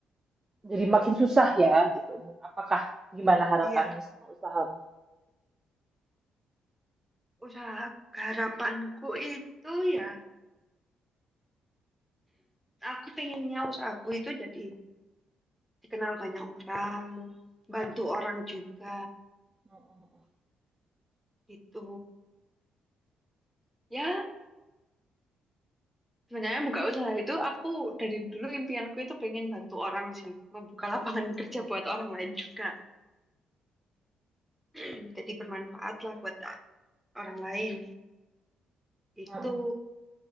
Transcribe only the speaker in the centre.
Iya,
usaha harapanku itu ya aku pengennya usaha aku itu jadi dikenal banyak orang,
bantu orang juga
gitu. Ya, sebenarnya buka usaha itu aku dari dulu impianku itu pengen bantu orang sih, membuka lapangan <laughs> kerja buat orang lain juga. <clears throat> Jadi bermanfaat lah buat orang lain. Itu